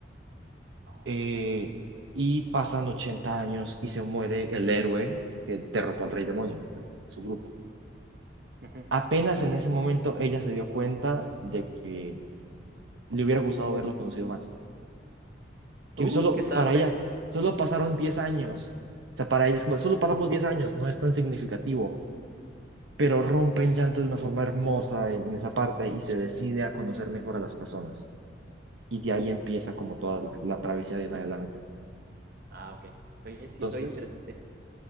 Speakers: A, on the right (about 55°); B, on the right (about 80°).
A: Ok.
B: Eh, y pasan 80 años y se muere el héroe que derrotó al rey demonio, su grupo.
A: Ujú.
B: Apenas en ese momento ella se dio cuenta de que le hubiera gustado verlo conocido más. Que
A: Uh,
B: solo
A: qué tarde.
B: para ellas, solo pasaron 10 años. O sea, para ellas como, solo pasamos 10 años, no es tan significativo, pero rompen llanto de una forma hermosa en, en esa parte y se decide a conocer mejor a las personas. Y de ahí empieza como toda la, la travesía de en adelante.
A: Ah, ok. Oye, sí,
B: Entonces,
A: soy interesante.